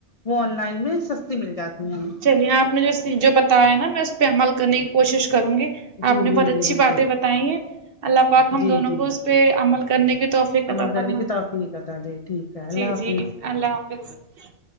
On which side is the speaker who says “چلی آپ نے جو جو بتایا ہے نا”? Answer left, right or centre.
Right